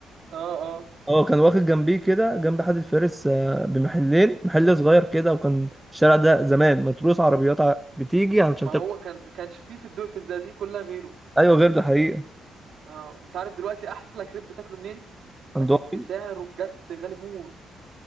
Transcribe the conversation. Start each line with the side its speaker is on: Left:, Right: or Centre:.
Right: اه اه
Centre: اه كان واخد جنبيه كده جنب حاتي الفارس آه، بمحلين محل صغير كده وكان الشارع ده زمان متروس عربيات ع- بتيجي علشان
Right: ما
Centre: تاكل
Right: هو كان كانش فيه في الدو في الزقازيق كلها غيره
Centre: ايوه غير ده حقيقه
Right: اه انت عارف دلوقتي احلى كريب بتاكله منين
Centre: عند
Right: بس
Centre: وافل
Right: سعره بجد غالي موت